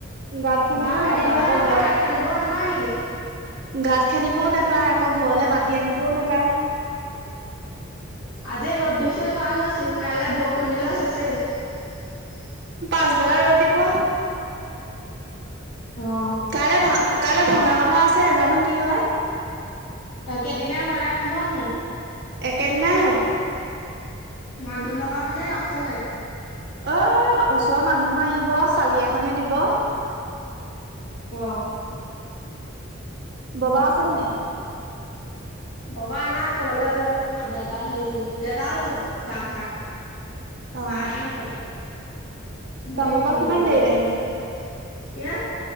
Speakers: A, on the right (about 55°); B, on the left (about 65°).
A: গাঁত খান্দিবও
B: বাহ কাটিবহে
A: আকৌ
B: নাপায়
A: ঘৰত
B: গাঁত খান্দিবও নাপায় নেকি?
A: গাঁত খান্দিবও নোপায় আকৌ ঘৰলে মাতি আনিবও নোপায়।
B: আজি ৰ'দ দিছিল ভাল হৈছিল কাইলে বৰষুণ দিলে চেছে।
A: পাচবেলা ৰ'দ দিব।
B: অ'
A: কাইলৈ ভা কাইলৈ ভঙা কথা আছে জানো কি হয়।
B: একেদিনাই বনাই হ'ব নে নাই?
A: একেদিনাই হব।
B: মানুহ লগাব নে অকলে?
A: অ ওচৰৰ মানুহো আহিব চালি এখনহে দিব।
B: আহ।
A: বাবা আছে নে নাই?
B: <inaudible> ববা আনা ক'বালৈ ওলাই গ'ল দাদা হেৰি দাদাও গ'ল চাহ খাই।
A: অ
B: মাইহে আছে অকল। মই
A: কামৰ
B: একো
A: পৰা
B: ইহঁতৰ
A: কিমান
B: ঘৰলে
A: দেৰিত
B: আহিছিলো
A: আহিলে
B: এয়া